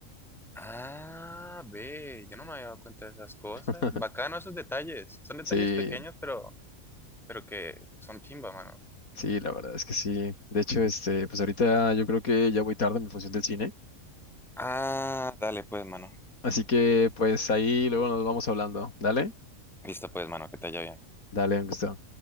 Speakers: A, in the centre; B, on the left.
A: Ah, ve, yo no me había dado cuenta de esas cosas.
B: <laughs>
A: Bacano esos detalles. Son detalles
B: Sí,
A: pequeños, pero, pero que son chimba, mano.
B: sí, la verdad es que sí. De hecho, este, pues ahorita yo creo que ya voy tarde en mi función del cine,
A: Ah, dale pues, mano.
B: así que pues ahí luego nos vamos hablando. Dale,
A: Listo pues, mano, que te haya bien.
B: dale, me